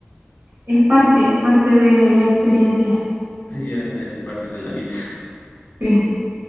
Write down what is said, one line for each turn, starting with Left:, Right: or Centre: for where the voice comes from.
Right: es parte, es parte de la experiencia.
Left: Ya se hace parte de la vida.
Right: <laughs>